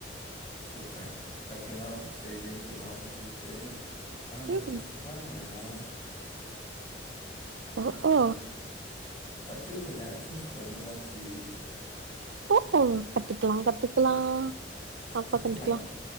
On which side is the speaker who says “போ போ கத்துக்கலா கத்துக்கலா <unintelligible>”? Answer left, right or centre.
Right